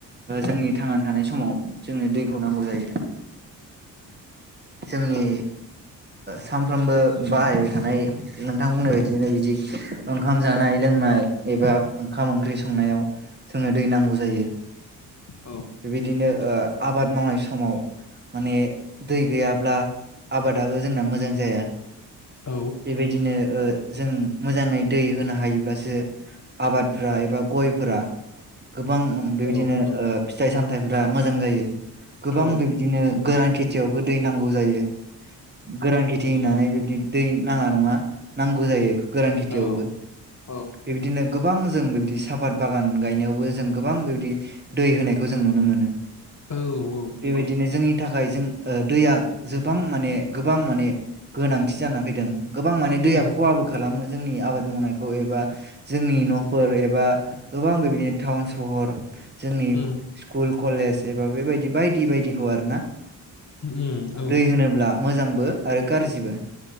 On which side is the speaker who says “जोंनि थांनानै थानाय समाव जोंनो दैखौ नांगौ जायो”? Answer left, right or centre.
Right